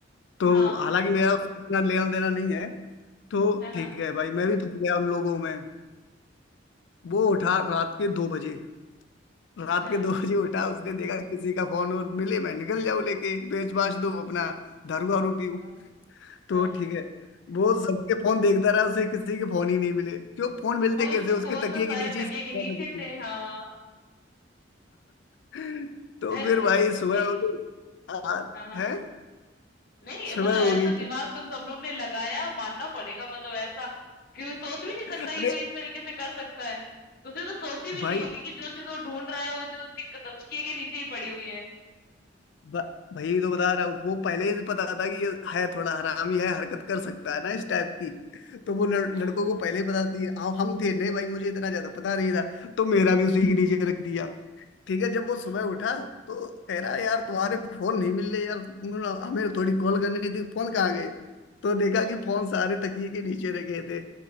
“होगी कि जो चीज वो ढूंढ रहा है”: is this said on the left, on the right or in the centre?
Left